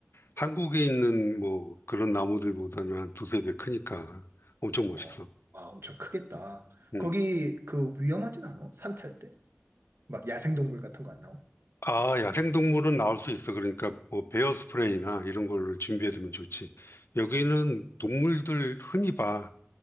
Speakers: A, on the left; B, on the right.
A: 한국에 있는 뭐 그런 나무들보다는 한 두세 배 크니까 엄청 멋있어.
B: 어, 아, 엄청 크겠다.
A: 음.
B: 거기 그 위험하진 않아? 산 탈 때? 막 야생동물 같은 거 안 나와?
A: 아, 야생동물은 나올 수 있어. 그러니까 뭐 베어 스프레이나 이런 걸 준비해두면 좋지. 여기는 동물들 흔히 봐.